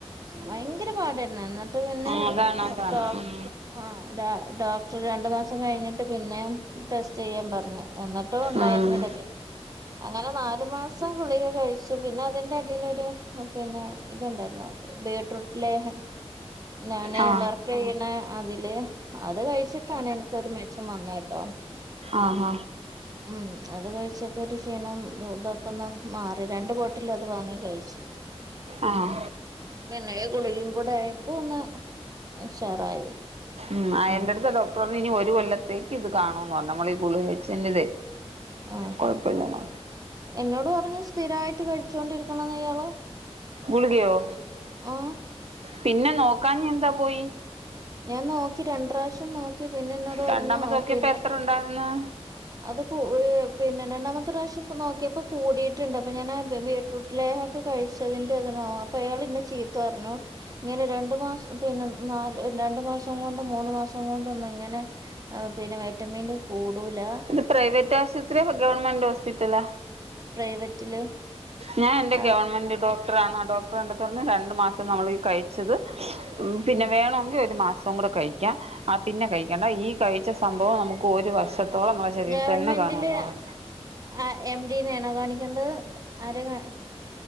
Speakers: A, on the right (about 35°); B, on the right (about 70°).
A: ഭയങ്കര പാടായിരുന്നു എന്നിട്ട് എന്നട്ട് പിന്നെ
B: ആ അതാണ് അതാണ്
A: ഡോക്
B: ഉം
A: ആ ഡ ഡോക്ടർ രണ്ടു മാസം കഴിഞ്ഞിട്ട് പിന്നെ ടെസ്റ്റ് ചെയ്യാൻ പറഞ്ഞു എന്നിട്ട് ട്ടു ണ്ടായിര്ന്നില്ല
B: ഉം
A: പേ അങ്ങനെ നാല് മാസം ഗുളിക ക ശെ പിന്നെ അതിന്റെ അടിലൊരു പിന്നെ ഇത്ണ്ടായിര്ന്നു ബീട്രൂട്ട് ലേഹം. ഞാന്
B: ആ
A: വർക്ക് യ്യ്ണ അതില് അത് കഴിച്ചിട്ടാണ് എനിക്കൊരു മെച്ചം വന്നെ ട്ടോ.
B: ആഹ് ഹാ.
A: ഉം അത് കഴിച്ചപ്പോ ഒരു ക്ഷീണം തൊക്കെന്ന് മാറി രണ്ട് ബോട്ടില് അത് വാങ്ങി കഴിച്.
B: ആഹ്.
A: പിന്നെ ഈ ഗുളികിം കൂട ആയപ്പോ ഒന്ന് ഉഷാറായി.
B: മ് ആ
A: ഉം
B: എന്റെ അട്ത്ത് ഡോക്ടർ ണ് ഇനി ഒരു കൊല്ലത്തേക്ക് ഇത് കാണൂന്ന് പറഞ്ഞു മ്മള് ഈ ഗുളിക കയിചേന്റതെ.
A: ആഹ്
B: കൊഴപ്പല്ലാ ന്ന
A: എന്നോട് പറഞ്ഞു സ്ഥിരായിട്ട് കഴിച്ചോകൊണ്ടിരിക്കണംന്ന് ഇയാള്.
B: ഗുളികയോ
A: ആഹ്
B: പിന്നെ നോക്കഞ്ഞെ എന്താ പോയി?
A: ഞാൻ നോക്കി രണ്ട് പ്രാവശ്യം നോക്കി പിന്നെ എന്നോട് പറഞ്ഞു
B: രണ്ടാമത് ഓക്കിപ്പോ
A: പിന്നെ
B: എത്ര ണ്ടായിര്ന്നു?
A: അത് പോ പിന്നെ രണ്ടാമത്തെ പ്രാശ്യം ഇപ്പൊ നോക്കിപ്പോ കൂടിട്ട്ണ്ട് അപ്പൊ ഞാനാ ബീട്ട്റൂട്ട് ലേഹംക്കെ കഴിച്ചതിന്റെ ഇതിനാ അപ്പൊ അയാള് ന്നെ ചീത്ത പർന്നു ങ്ങനെ രണ്ടു മാസം പിന്നെ നാല് രണ്ടു മാസം കൊണ്ടും മൂന്ന് മാസം കൊണ്ടൊന്നു ഇങ്ങനെ ആ പിന്നെ വൈറ്റമിന്റെ കൂടൂലാ
B: ഇത് പ്രൈവറ്റ് ആശുപത്രിയാ ഗവൺമെന്റ് ഹോസ്പിറ്റല?
A: പ്രൈവറ്റില്
B: ഞാ എന്റെ
A: ആ
B: ഗവൺമെന്റ് ഡോക് ത്രാണോ ഡോക്ടറ് കണ്ടിട്ട് പറഞ്ഞു രണ്ട് മാസം നമ്മളി കഴിച്ചത് പിന്നെ
A: ഉം
B: വേണോങ്കി ഒരു മാസം കൂടെ കയിക്ക്യ ആ പിന്നെ കഴിക്കണ്ട ഈ കയിച്ച സംഭവം നമുക്ക് ഒരു വർഷത്തോളം മ്മളെ ശരീരത്തി
A: ഗവൺമെന്റില്
B: ന്നെ കാണുന്ന് പറഞ്ഞ്.
A: ആ എം ഡിനാണോ കാണിക്കേണ്ടത് ആരെ കാ